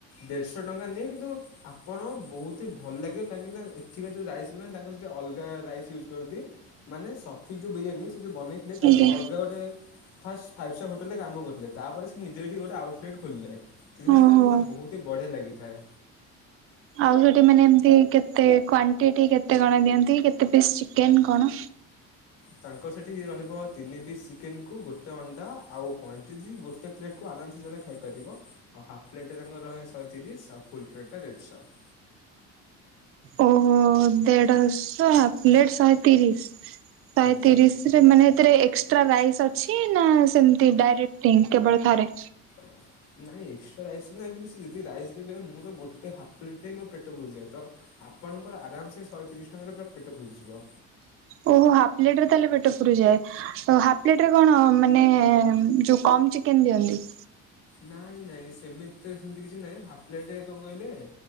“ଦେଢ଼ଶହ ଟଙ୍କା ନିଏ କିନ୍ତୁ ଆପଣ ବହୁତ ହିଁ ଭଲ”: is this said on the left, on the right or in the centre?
Left